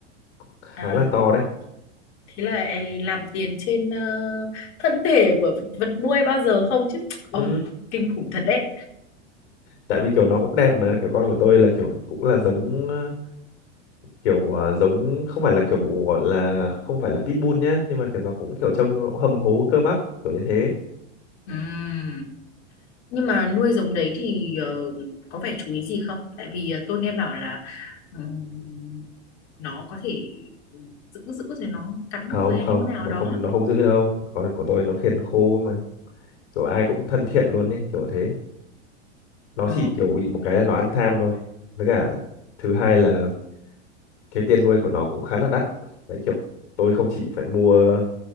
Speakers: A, on the left; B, on the left.
A: cũng khá
B: à
A: là to đấy
B: thế là ấy làm tiền trên ờ, thân thể của vật nuôi bao giờ không chứ
A: ừ.
B: ông kinh khủng thật đấy
A: tại vì kiểu nó cũng đẹp mà kiểu con của tôi là kiểu cũng là giống ờ, kiểu ờ, giống không phải là kiểu gọi là không phải là pitbull nhá nhưng mà kiểu nó cũng kiểu trông nó hầm hố cơ bắp kiểu như thế
B: Ừm. Nhưng mà nuôi giống đấy thì ờ, có phải chú ý gì không? Tại vì ờ, tôi nghe bảo là ừm, nó có thể ừ, giữ giữ rồi nó cắn
A: không
B: người hay
A: không
B: như thế nào
A: nó
B: đó.
A: không nó không giữ đâu con của tôi nó khiền khô mà kiểu ai cũng thân thiện luôn đấy kiểu thế nó
B: Ờ.
A: chỉ kiểu bị một cái là nó ăn tham thôi với cả thứ hai là cái tiền nuôi của nó cũng khá là đắt đấy kiểu tôi không chỉ phải mua